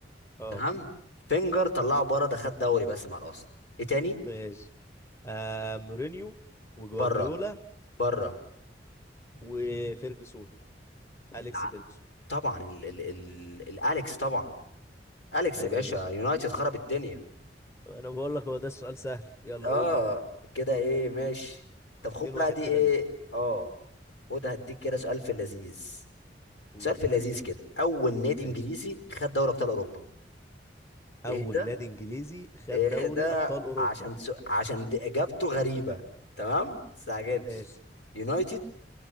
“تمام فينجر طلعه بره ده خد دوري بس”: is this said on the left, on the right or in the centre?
Left